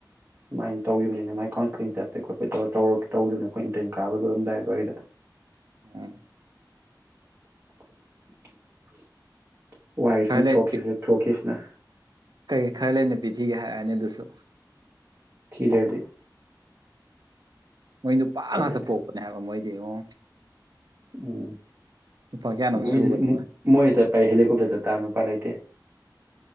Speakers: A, on the right; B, on the right.
A: ꯗꯨꯃꯥꯏꯅ ꯇꯧꯈꯤꯕꯅꯤꯅꯦ ꯃꯥꯏ ꯀꯥꯎꯟꯁꯤꯂꯤꯡ ꯆꯠꯄꯩ ꯈꯣꯠꯄꯩ ꯇꯧꯔ ꯇꯧꯔ ꯇꯧꯈꯤꯕꯅ ꯑꯩꯈꯣꯏ ꯏꯟꯇꯔꯟ ꯀꯥꯕ ꯂꯣꯏꯔꯝꯗꯥꯏ ꯑꯗꯨꯋꯥꯏꯗ
B: ꯎꯝ
A: <unintelligible> ꯋꯥꯏꯁꯤꯅ
B: ꯈꯔ ꯂꯩ
A: ꯊꯣꯛꯈꯤꯕ ꯊꯣꯛꯈꯤꯕꯁꯤꯅ꯫
B: <unintelligible> ꯈꯔ ꯂꯩꯔ ꯅꯨꯄꯤ ꯊꯤꯒꯦ ꯍꯥꯏꯔꯛ ꯑꯅꯤ ꯑꯗꯨꯁꯨ꯫
A: ꯊꯤꯗ꯭ꯔꯗꯤ
B: ꯃꯣꯏ ꯅꯨꯄꯥ
A: ꯆꯠꯂꯦ
B: ꯉꯥꯛꯇ ꯄꯣꯛꯄꯅꯦ ꯍꯥꯏꯕ ꯃꯣꯏ ꯌꯦꯡꯉꯣ
A: ꯎꯝ
B: ꯅꯨꯄꯥ ꯀꯌꯥꯅꯣꯝ
A: ꯃꯣꯏꯗꯗꯤ
B: ꯁꯨꯕꯅꯣ
A: ꯏꯝ ꯃꯣꯏ ꯆꯠ ꯑꯩ ꯍꯦꯂꯤꯀꯣꯞꯇꯔ ꯆꯠ ꯇꯥꯕꯅꯤ ꯎꯄꯥꯏꯂꯩꯇꯦ